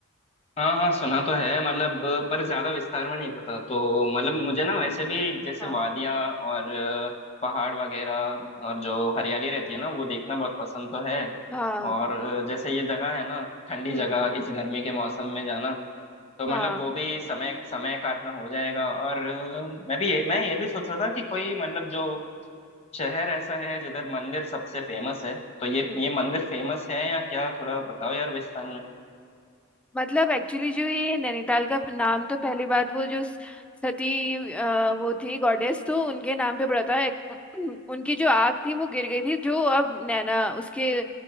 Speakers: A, on the left; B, in the centre.
A: हाँ हाँ सुना तो है मतलब पर ज्यादा विस्तार में नहीं पता तो मतलब मुझे ना वैसे भी जैसे
B: हाँ
A: वादियाँ और अ, पहाड़ वगैरह और जो हरियाली रहती है ना वो देखना बहुत पसंद तो है
B: हाँ
A: और अ, जैसे ये जगह है ना ठंडी
B: हम्म
A: जगह इस गर्मी के मौसम में जाना तो मतलब
B: हाँ
A: वो भी समय समय काटना हो जाएगा और अ, मैं भी ये, मैं ये भी सोच रहा था कि कोई मतलब जो शहर ऐसा है जिधर मंदिर सबसे फेमस है तो ये
B: हम्म
A: ये मंदिर फेमस है या क्या थोड़ा बताओ यार विस्तार
B: मतलब एक्चुअली जो ये नैनीताल का नाम तो पहली बात वो जो स- सती अ, वो थी गॉडेस तो उनके नाम पे पड़ा था एक- <clears throat> उनकी जो आग थी वो गिर गई थी जो अब नैना उसके